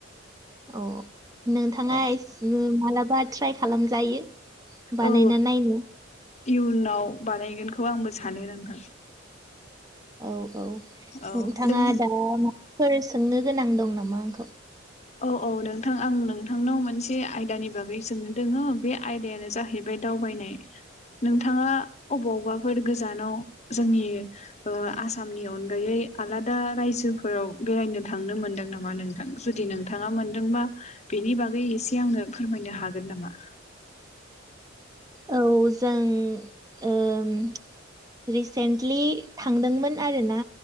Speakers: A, on the right; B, on the left.
A: औ। नोंथाङा
B: औ
A: <unintelligible> बा ट्राइ खालामजायो। बानायना
B: औ
A: नायनो
B: इयुनाव बानायगोनखौ आंबो सानो नोंथां। <unintelligible>
A: औ। औ
B: औ
A: नोंथाङा
B: नों
A: दा सोंनो गोनां दं नामा आंखौ?
B: औ औ नोंथां आं नोंथांनाव मोनसे आयदानि बागै सोंनो दङो बे आयदायानो जाहैबाय दावबायनाय नोंथाङा अबावबाफोर गोजानाव जोंनि ओ आसामनि अनगायै आलादा रायजोफोराव बेरायनो थांनो मोनदों नामा नोंथां? जुदि नोंथां थाङा मोनदोंबा बेनि बागै एसे आंनो फोरमायनो हागोन नामा?
A: औ जों ओम रिसेन्टलि थांदोंमोन आरोना।